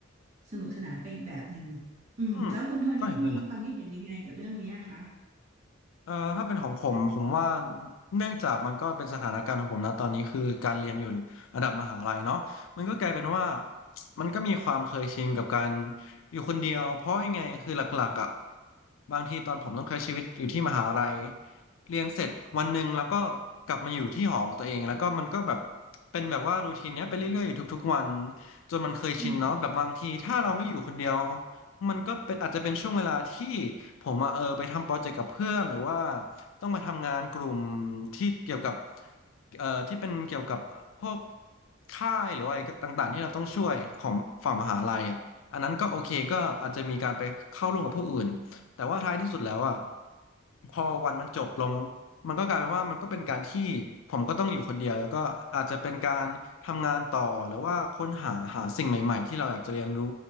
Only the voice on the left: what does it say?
อืมก็เห็นด้วยนะ เอ่อถ้าเป็นของผมผมว่าเนื่องจากมันก็เป็นสถานการณ์ของผมนะตอนนี้คือการเรียนอยู่ระดับมหาลัยเนาะมันก็กลายเป็นว่ามันก็มีความเคยชินกับการอยู่คนเดียวเพราะยังไงคือหลักๆอ่ะบางทีตอนผมต้องใช้ชีวิตอยู่ที่มหาลัยเรียนเสร็จวันหนึ่งแล้วก็กลับมาอยู่ที่หอของตัวเองแล้วก็มันก็แบบเป็นแบบว่ารูทีนเนี้ยไปเรื่อยๆอยู่ทุกๆวันจนมันเคยชินเนาะแบบบางทีถ้าเราไม่อยู่คนเดียว
มันก็เป็นอาจจะเป็นช่วงเวลาที่ผมอะเออไปทำโปรเจกต์กับเพื่อนหรือว่าต้องมาทำงานกลุ่มที่เกี่ยวกับเอ่อที่เป็นเกี่ยวกับพวกค่ายหรือว่าอะไรต่างๆที่เราต้องช่วยของฝั่งมหาลัยอ่ะอันนั้นก็โอเคก็อาจจะมีการไปเข้าร่วมกับผู้อื่นแต่ว่าท้ายที่สุดแล้วอ่ะพอวันมันจบลงมันก็กลายเป็นว่ามันก็เป็นการที่ผมก็ต้องอยู่คนเดียวแล้วก็อาจจะเป็นการทำงานต่อหรือว่าค้นหาหาสิ่งใหม่ๆที่เราอยากจะเรียนรู้